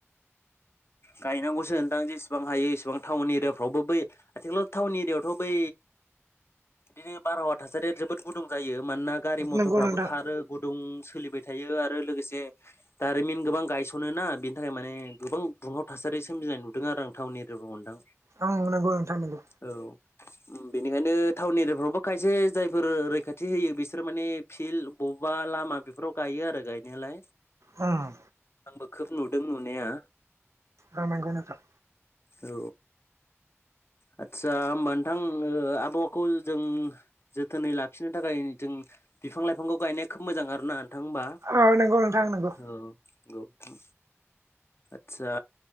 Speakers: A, on the left; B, on the right.
A: गायनांगौसो नोंथां जेसेबां हायो एसेबां टाउन एरियाफोरावबो बै आथिखालाव टाउन एरियायावथ बै बिदिनो बारहावा थासारिया जोबोद गुदुं जायो मानोना गारि मथरफोराबो
B: नंगौ नोंथां
A: खारो गुदुं सोलिबाय थायो आरो लोगोसे दारिमिन गोबां गायसनोना बेनि थाखाय माने गोबां दुंहाव थासारि सोमजिनाय नुदों आरो आं टाउन एरियायाव नोंथां
B: ओं नंगौ नोंथां नंगौ
A: औ उम बेनिखायनो टाउन एरियाफोरावबो खायसे जायफोर रैखाथि होयो बिसोर माने फिल्ड बबेबा लामा बेफोराव गायो आरो गायनायालाय
B: उम
A: आंबो खोब नुदों नुनाया
B: ओं नंगौ नोंथां
A: औ आदसा होमबा नोंथां आबहावाखौ जों जोथोनै लाखिनो थाखाय जों बिफां लाइफांखौ गायनाया खोब मोजां आरोना नोंथां होमबा
B: औ नंगौ नोंथां नंगौ
A: औ नंगौ नोथां आदसा